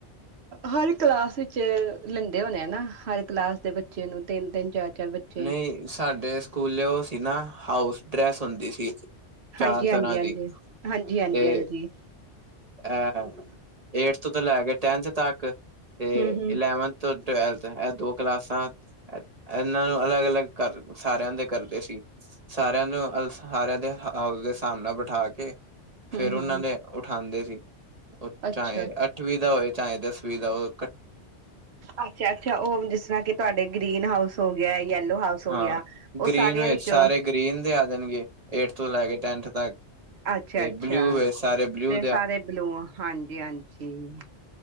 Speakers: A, on the right; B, on the right.
A: ਹਰ ਕਲਾਸ ਵਿੱਚ ਲੈਂਦੇ ਹੋਣੇ ਹਨਾ ਹਰ ਕਲਾਸ ਦੇ ਬੱਚੇ ਨੂੰ ਤਿੰਨ-ਤਿੰਨ ਚਾਰ ਚਾਰ ਬੱਚੇ
B: ਨਹੀਂ ਸਾਡੇ ਸਕੂਲੇ ਉਹ ਸੀ ਨਾ ਹਾਊਸ ਡਰੈਸ ਹੁੰਦੀ ਸੀ ਚਾਰ
A: ਹਾਂਜੀ-ਹਾਂਜੀ
B: ਤਰ੍ਹਾਂ
A: ਹਾਂਜੀ-ਹਾਂਜੀ
B: ਦੀ ਤੇ
A: ਹਾਂਜੀ-ਹਾਂਜੀ
B: ਅ ਏਟਥ ਤੋਂ ਲੈ ਕੇ ਟੈਨਥ ਤੱਕ ਤੇ
A: ਹਮ ਹਮ
B: ਇਲੈਵਨਥ ਤੋਂ <inaudible> ਇਹ ਦੋ ਕਲਾਸਾਂ ਇਹਨਾਂ ਨੂੰ ਅਲੱਗ-ਅਲੱਗ ਕਰ ਸਾਰਿਆਂ ਦੇ ਕਰਦੇ ਸੀ ਸਾਰਿਆਂ ਨੂੰ ਸਾਰਿਆਂ ਦੇ ਹ ਉਸ ਦੇ ਹਾਹਾਬ ਨਾਲ ਬਿਠਾ ਕੇ
A: ਹਮ
B: ਫੇਰ ਉਹਨਾਂ
A: ਹਮ
B: ਦੇ ਆਦੇ ਸੀ ਉਹ
A: ਅੱਛਾ
B: ਚਾਹੇ ਅੱਠਵੀਂ ਦਾ ਹੋਵੇ ਚਾਹੇ ਦਸ ਸੁਵਧਾ ਹੋ
A: ਅੱਛਾ-ਅੱਛਾ ਉਹ ਜਿਸ ਤਰ੍ਹਾਂ ਕਿ ਤੁਹਾਡੇ ਗ੍ਰੀਨ ਹਾਊਸ ਹੋਗਿਆ ਯੇਲੋ ਹਾਊਸ ਹੋਗਿਆ
B: ਹਾਂ
A: ਉਹ
B: ਗ੍ਰੀਨ
A: ਸਾਰਿਆਂ
B: ਵਿੱਚ
A: ਵਿਚ
B: ਸਾਰੇ <inaudible> ਏਟਥ ਤੋਂ ਲੈ ਕੇ ਟੈਨਥ ਤੱਕ
A: ਅੱਛਾ
B: ਤੇ
A: ਅੱਛਾ
B: ਬਲਿਊ ਵ ਸਾਰੇ ਬਲਊ
A: ਤੇ ਸਾਰੇ ਬਲੂ ਹਾਂਜੀ-ਹਾਂਜੀ